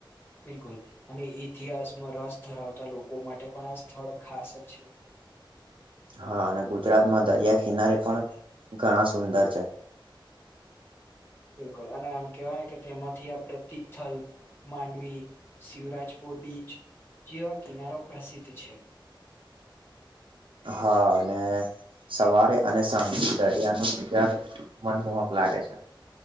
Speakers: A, on the left (about 25°); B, on the right (about 75°).
A: બિલકુલ અને ઈતિહાસમાં રસ ધરાવતા લોકો માટે પણ આ સ્થળ ખાસ જ છે
B: હા અને ગુજરાતમાં દરિયા કિનારે પણ ઘણા સુંદર છે
A: બિલકુલ અને કેવાય ને કે તેમાંથી આપડણે તિથલ માંડવી શિવરાજપુર બીચ જેવા કિનારો પ્રસિદ્ધ છે
B: હા અને સવારે અને સાંજે દરિયાનો બજ મનમ લાગે છે